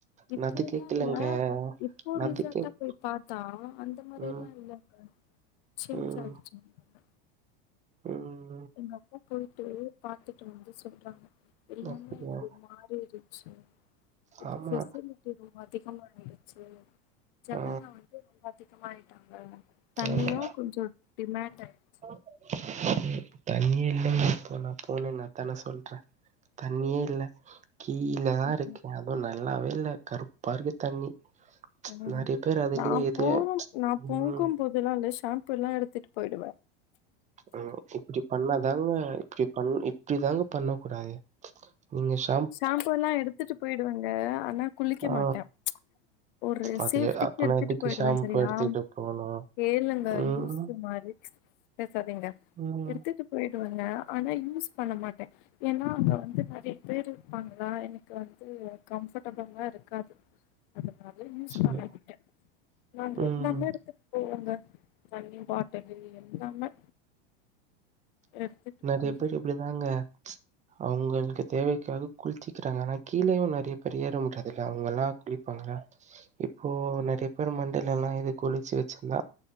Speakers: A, on the left; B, on the right.
A: இப்போலா
B: நான் அது கேக்கலங்க.
A: அ இப்போ
B: நான்
A: ரிசன்டா
B: அது கேக்
A: போய் பாத்தா அந்த மாரி
B: ம்,
A: எல்லா இல்லங்க சேஞ்சு
B: ம்,
A: ஆயிடுச்சு எல்லாமே
B: ம்
A: எங்க அப்பா போயிட்டு பாத்துட்டு வந்து சொல்றாங்க எல்லாமே
B: அப்டியா?
A: இப்போ மாறிடுச்சு இப்ப
B: ஆமா.
A: ஸ்பெஷல் ரொம்ப அதிகம ஆயிடுச்சு ஜனங்கள்
B: ஆ,
A: வந்து ரொம்ப அதிகமயிட்டாங்க தண்ணியு
B: ஆமா.
A: கொஞ்சோ டிமாண்ட் ஆயிடுச்சு
B: ம் தண்ணயே இல்லங்க இப்போ நா போனே நான்த்தானே சொல்றேன் தண்ணியே இல்ல கீழ தா
A: ம்
B: இருக்கு அதுவு நல்ல நல்லாவே இல்ல கருப்பா இருக்கு தண்ணி
A: ம்
B: நெறைய பேர் அதுலயே
A: நா
B: இது
A: போகு பொகும்போதெல்லா
B: ம்.
A: இந்த ஷாம்பு எல்லா எடுத்துட்டு போயிடுவேன
B: ம் இப்டி பண்ணாதாங்க இப்டி பண் இப்டிதாங்க பண்ண கூடாது நீங்க சொ
A: ஷாம்பு எல்லா எடுத்துட்டு போயிடுவங்க ஆனா குளிக்க
B: ஆ
A: மாட்டே ஒரு
B: அது
A: சேப்டிக்கு
B: அப்பனா
A: எடுத்துட்டு
B: எதுக்கு
A: போயிடுவே
B: ஷாம்பு
A: சரியா
B: எடுத்துட்டு போணும்?
A: கேளுங்க
B: ம்,
A: லூசு மாரிக் பேசாதீங்க
B: ம்.
A: எடுத்துட்டு போயிடுவாங்க ஆனா யூஸ் பண்ண மாட்டேன் ஏன்னா அங்க வந்து நெறைய பேர் இருப்பாங்களா எனக்கு வந்து கம்ஃபர்ட்டபுளா இருக்காது அதனால யூஸ்
B: சரி.
A: பண்ணிக்கிட்டே நா
B: ம்.
A: எல்லாமே எடுத்து போங்க தண்ணி பாட்டலு எல்லாமே எடுத்துட்டு
B: நெறைய
A: போய்
B: பேர் இப்டிதாங்க அவங்களுக்கு தேவைக்காக குளிச்சிக்கிறாங்க ஆனா கீழேயு நெறய கடியேற முடியாதில அவங்கெல்லா குளிப்பாங்கள இப்போ நெறைய பேர் மண்டைல எல்லா இது குளிச்சு வச்சிருந்தா